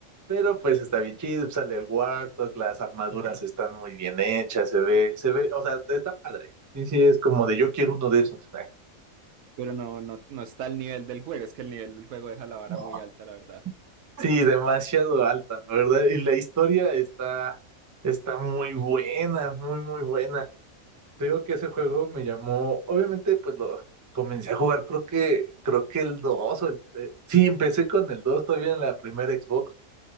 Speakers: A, on the right (about 25°); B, on the right (about 85°).
A: Pero pues está bien chido, sale el Warthog, las armaduras están muy bien hechas, se ve, se ve, o sea, está padre. Sí, sí, es como de yo quiero uno de esos.
B: Pero no, no, no está al nivel del juego. Es que el nivel del juego deja la vara
A: <laughs>
B: muy alta, la verdad.
A: Sí, demasiado alta, la verdad. Y la historia está, está muy buena, muy, muy buena. Te digo que ese juego me llamó, obviamente, pues lo comencé a jugar, creo que, creo que el 2 o el... te- Sí, empecé con el 2 todavía en la primera Xbox.